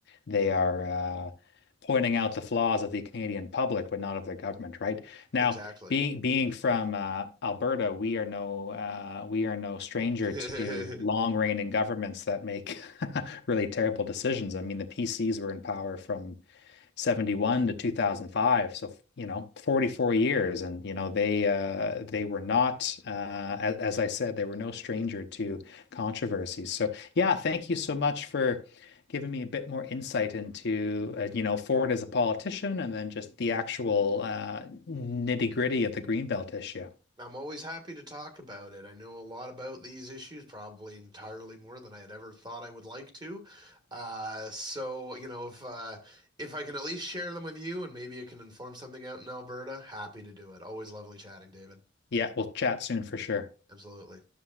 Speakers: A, on the left (about 60°); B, on the right (about 25°).
A: they are uh, pointing out the flaws of the Canadian public, but not of the government, right? Now,
B: exactly
A: being being from uh, Alberta, we are no uh, we are no stranger
B: <laughs>
A: to long reigning governments that make <laughs> really terrible decisions. I mean, the PCs were in power from 71 to 2005 so you know 44 years and you know they uh they were not uh as, as I said they were no stranger to controversies so yeah thank you so much for giving me a bit more insight into uh, you know Ford as a politician and then just the actual uh nitty-gritty of the Greenbelt issue
B: I'm always happy to talk about it. I know a lot about these issues, probably entirely more than I had ever thought I would like to. Uh, so, you know, if uh, if I can at least share them with you and maybe it can inform something out in Alberta, happy to do it. Always lovely chatting, David.
A: yeah we'll chat soon for sure
B: Absolutely.